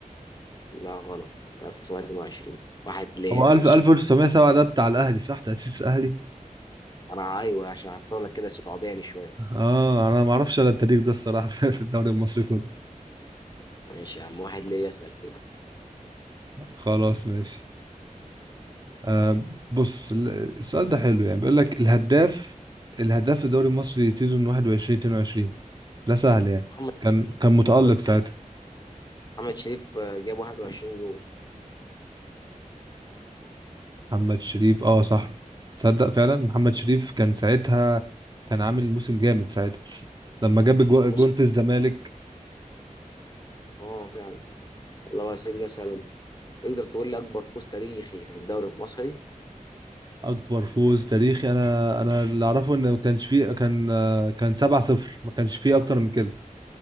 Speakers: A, on the left; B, on the right.
A: لا غلط 1922 واحد ليا
B: هو
A: كده
B: 1000 1907 ده بتاع الاهلي صح تأسيس الاهلي
A: أنا أيوه عشان أحطها لك كده صعباني شوية
B: اه انا ما اعرفش انا التاريخ ده الصراحه <laughs> في الدوري المصري كله
A: ماشي يا عم واحد ليا أسأل كده
B: خلاص ماشي آه بص ال- السؤال ده حلو يعني بيقول لك الهداف الهداف في الدوري المصري سيزون 21 22 ده سهل يعني
A: محمد
B: كان كان متألق
A: محمد
B: ساعتها
A: محمد شريف آه، جاب 21 جول
B: محمد شريف اه صح تصدق فعلا محمد شريف كان ساعتها كان عامل موسم جامد ساعتها لما جاب جو-
A: الموسم
B: جون في الزمالك
A: اه فعلا الله يسجل أسأل تقدر تقول لي اكبر فوز تاريخي في الدوري المصري
B: اكبر فوز تاريخي انا انا اللي اعرفه ان ما كانش فيه كان آه، كان 7-0 ما كانش فيه اكتر من كده